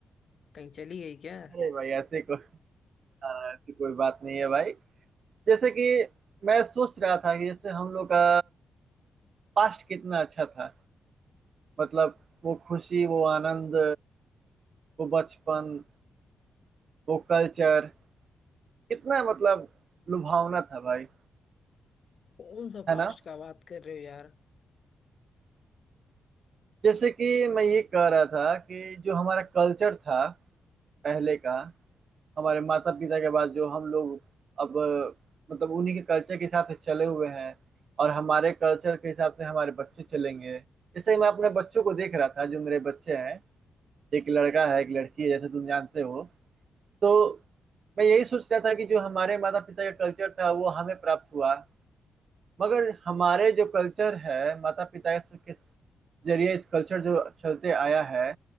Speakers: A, on the left; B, on the right.
A: कहीं चली गई क्या
B: अरे भाई ऐसे हाँ, ऐसी कोई बात नहीं है भाई जैसे कि मैं सोच रहा था कि जैसे हम लोग का पास्ट कितना अच्छा था मतलब वो खुशी वो आनंद वो बचपन वो कल्चर कितना मतलब लुभावना था भाई
A: कौन सा
B: है
A: पास्ट
B: ना
A: का बात कर रहे हो यार
B: जैसे कि मैं ये कह रहा था कि जो हमारा कल्चर था पहले का हमारे माता पिता के बाद जो हम लोग अब मतलब उन्हीं के कल्चर के हिसाब से चले हुए हैं और हमारे कल्चर के हिसाब से हमारे बच्चे चलेंगे जैसे मैं अपने बच्चों को देख रहा था जो मेरे बच्चे हैं एक लड़का है एक लड़की है जैसे तुम जानते हो तो मैं यही सोच रहा था कि जो हमारे माता पिता का कल्चर था वो हमें प्राप्त हुआ मगर हमारे जो कल्चर है माता पिता से- के जरिए कल्चर जो चलते आया है